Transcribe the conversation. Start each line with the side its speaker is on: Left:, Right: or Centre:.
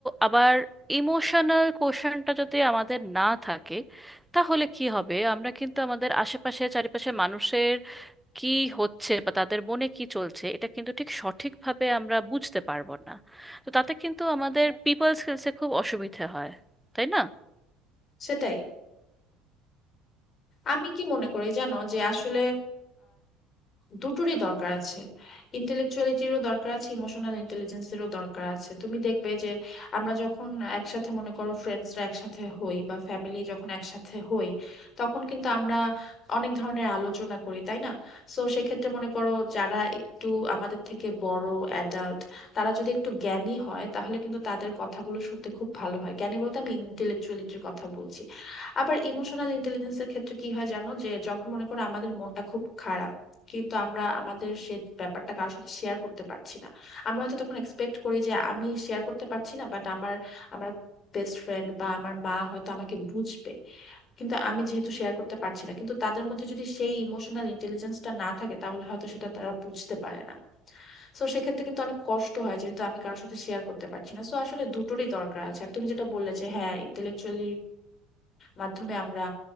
Centre: আবার ইমোশনাল কোশ্চেনটা যদি আমাদের না থাকে তাহলে কি হবে আমরা কিন্তু আমাদের আশেপাশে চারিপাশে মানুষের কি হচ্ছে বা তাদের মনে কি চলছে এটা কিন্তু ঠিক সঠিকভাবে আমরা বুঝতে পারবো না তো তাতে কিন্তু আমাদের পিপল স্কিলসে খুব অসুবিধে হয় তাই না
Left: সেটাই আমি কি মনে করি জানো যে আসলে দুটোরই দরকার আছে ইন্টেলেকচুয়ালিটিরও দরকার আছে ইমোশনাল ইন্টেলিজেন্সেরও দরকার আছে তুমি দেখবে যে আমরা যখন একসাথে মনে করো ফ্রেন্ডসরা একসাথে হই বা ফ্যামিলি যখন একসাথে হই তখন কিন্তু আমরা অনেক ধরনের আলোচনা করি তাই না সো সেক্ষেত্রে মনে করো যারা একটু আমাদের থেকে বড় অ্যাডাল্ট তারা যদি একটু জ্ঞানী হয় তাহলে কিন্তু তাদের কথাগুলো শুনতে খুব ভালো হয় জ্ঞানী বলতে আমি ইন্টেলেকচুয়ালিটির কথা বলছি আবার ইমোশনাল ইন্টেলিজেন্সের ক্ষেত্রে কি হয় জানো যে যখন মনে করো আমাদের মনটা খুব খারাপ কিন্তু আমরা আমাদের সে ব্যাপারটা কারোর সাথে শেয়ার করতে পারছি না আমরা হয়তো তখন এক্সপেক্ট করি যে আমি শেয়ার করতে পারছি না বাট আমার আমার বেস্ট ফ্রেন্ড বা আমার মা হয়তো আমাকে বুঝবে কিন্তু আমি যেহেতু শেয়ার করতে পারছি না কিন্তু তাদের মধ্যে যদি সেই ইমোশনাল ইন্টেলিজেন্সটা না থাকে তাহলে হয়তো সেটা তারা বুঝতে পারে না সো সেক্ষেত্রে কিন্তু অনেক কষ্ট হয় যেহেতু আমি কারোর সাথে শেয়ার করতে পারছি না সো আসলে দুটোরই দরকার আছে আর তুমি যেটা বললে যে হ্যাঁ ইন্টেলেকচুয়ালি মাধ্যমে আমরা